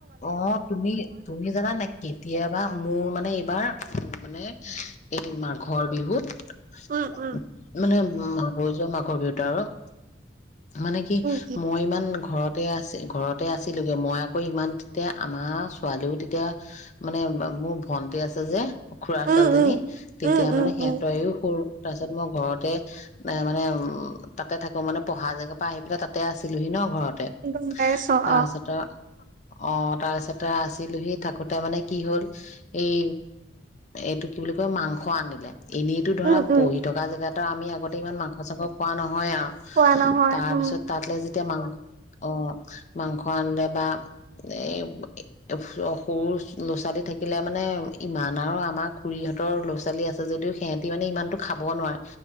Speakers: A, on the left; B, on the right.
A: অ', তুমি-তুমি জানা নাই? কেতিয়া বা মোৰ মানে এইবাৰ উম মানে এই মাৰ- ঘৰ বিহুত
B: উম
A: -
B: উম
A: মানে- উম হৈ যোৱা মাঘৰ বিহুত আৰু- মানে কি
B: উম
A: মই ইমান ঘৰতে আছে ঘৰত তই আছিলিগে মই আকৌ ইমান তেতিয়া আমাৰ ছোৱালীও তেতিয়া মানে মোৰ ভন্টি আছে যে- খুৰা
B: উম
A: ছোৱালীজনী
B: উম
A: তেতিয়া
B: উম উম
A: মানে
B: উম
A: তাইও সৰু তাৰপিছত মই ঘৰত- ততে এ মানে উম তাতে থাকো মানে পঢ়া জেগাৰ পৰা আহি পেলাই তাতে আছিলোহি ন ঘৰত। তাৰপিছত-
B: উম গম পাইছ অ
A: অ তাৰপিছতে আছিলোহি থাকোতে মানে কি হল এই এইটো কি বুলি কয় মাংস আনিলে। এনেইতো ধৰা
B: উম উম
A: পঢ়ি থকা জেগাত- আমি আগতে ইমান মাংস চাংস খোৱা নহয়। নহয় আৰু
B: পোৱা নহয়
A: তাৰপিছত
B: উম
A: তাতলৈ এতিয়া মাংস অ মাংস আনিলে বা- এ সৰু ল'ৰা ছোৱালী থাকিলে মানে ইমান আৰু আমাৰ খুৰীহঁতৰ ল'ৰা ছোৱালী আছে যদিও সিহঁতি মানে ইমানটো খাব নোৱাৰে।